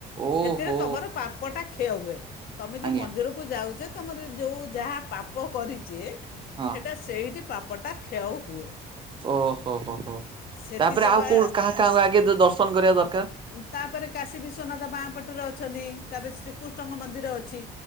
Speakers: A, on the right (about 30°); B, on the left (about 60°).
A: ଓହୋ
B: ହେଥିରେ ତମର ପା ପଟା କ୍ଷୟ ହୁଏ, ତମେ
A: ଆଜ୍ଞା
B: ଯୋଉ ମନ୍ଦିରକୁ ଯାଉଚେ ତମରି ଯୋଉ ଯାହା ପାପ କରିଚେ
A: ହଁ
B: ହେଟା ସେଇଟି ପାପଟା କ୍ଷୟ ହୁଏ।
A: ଓହୋ, ହୋ, ହୋ,
B: ସେଥି
A: ତାପରେ
B: ତମେ
A: ଆଉ କୋଉ କାହା କାହାକୁ ଆଗେ ଦର୍ଶନ କରିବା ଦରକାର?
B: ଉଁ ତାପରେ କାଶୀ ବିଶ୍ୱନାଥ ବାଁ ପଟରେ ଅଛନ୍ତି ତାପରେ ଶ୍ରୀକୃଷ୍ଣଙ୍କ ମନ୍ଦିର ଅଛି।